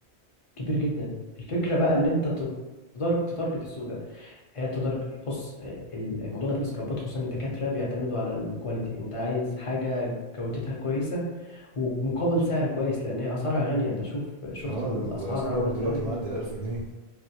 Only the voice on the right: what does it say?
اه
السكراب
دلوقتي معدي الالف جنيه